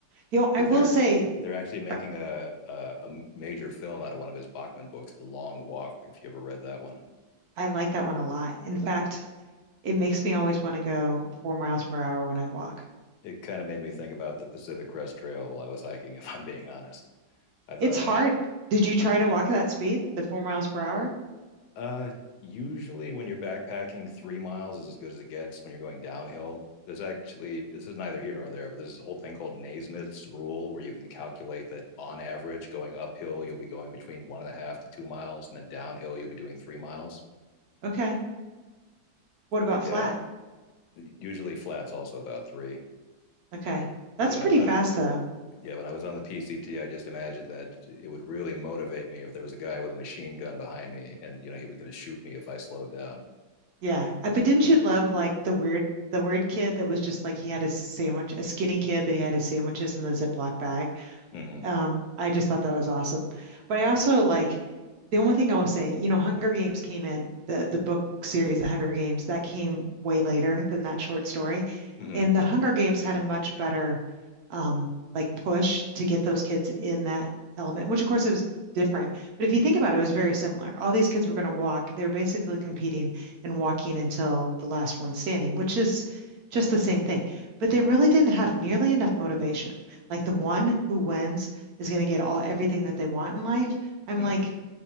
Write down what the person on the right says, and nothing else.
You know, I
will say
uh,
I like that one a lot. In fact, it makes me always want to go four miles per hour when I walk.
It's hard.
Did you try to walk at that speed, the four miles per hour?
Okay. What about
flat?
Okay. That's
pretty
fast
though.
Yeah. Uh, But didn't you love like the weird the weird kid that was just like he had a sandwich, a skinny kid that he had his sandwiches in the Ziploc bag
um, I just thought that was awesome. But I also like the only thing I will say, you know, Hunger Games came in the the book series, The Hunger Games, that came way later than that short story.
And The Hunger Games had a much better um like push to get those kids in that element, which of course it was different. But if you think about it, it was very similar. All these kids were going to walk. They were basically competing and walking until the last one standing, which is just the same thing. But they really didn't have nearly enough motivation. Like the one who wins is going to get all everything that they want in life. I'm
like